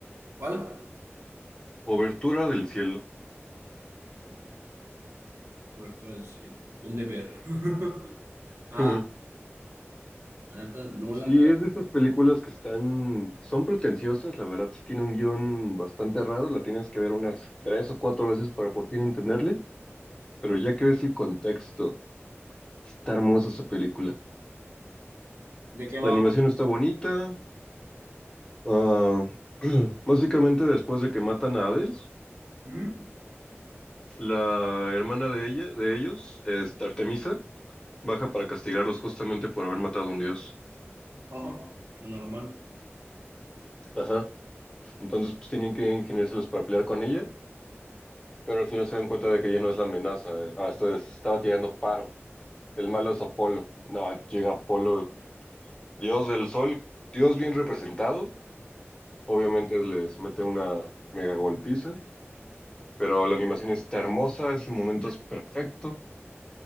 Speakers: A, on the right (about 60°); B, on the left (about 15°).
A: ¿Cuál?
B: Obertura del Cielo.
A: O- Obertura del cielo. ¿Dónde ver? <laughs> ah
B: <laughs>
A: La neta, no
B: Sí,
A: ca-
B: es de estas películas que están, son pretenciosas, la verdad sí tiene un guión bastante raro, la tienes que ver unas tres o cuatro veces para por fin entenderle, pero ya que ves el contexto, está hermosa esa película.
A: ¿De qué va?
B: La animación está bonita, ah, <clears throat> básicamente después de que matan a Hades,
A: ¿Mm?
B: la hermana de ella, de ellos, este, Artemisa, baja para castigarlos justamente por haber matado a un dios.
A: Ojo, lo normal.
B: Ajá, entonces pues tienen que ingeniárselos para pelear con ella Pero al final se dan cuenta de que ya no es la amenaza. eh, Hasta les estaba tirando paro. El malo es Apolo. No, llega Apolo, dios del sol, dios bien representado. Obviamente les mete una mega golpiza, pero la animación está hermosa, ese momento es perfecto.